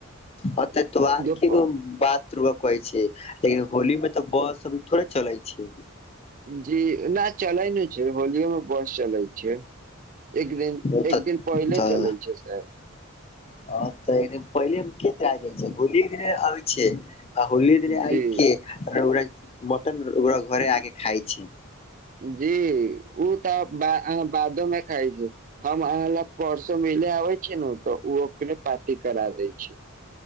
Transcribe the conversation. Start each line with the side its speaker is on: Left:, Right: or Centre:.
Left: मत एतवार
Right: दुप
Left: न बात रौंदा कहै छै लेकिन होली मे तऽ बस अभी थोड़े चलै छी
Right: जी न चलाय नहि छै होलियोमे बस चलए छै एक दिन
Left: ओ
Right: एक
Left: तऽ
Right: दिन पहिले
Left: तऽ
Right: चलै छै से
Left: हँ तऽ एक दिन पहिले मे केतरा जाइ छै होलिय दिने आब छै आ होलिये दिने आ
Right: जी
Left: के मटन ओकरा घरे आके खाय छै
Right: जी ओ तऽ बादो मे खाइ छी हम अहाँ लग परसो म पहिले आबै छै न अतऽ ओ अकरे पार्टी करा दै छै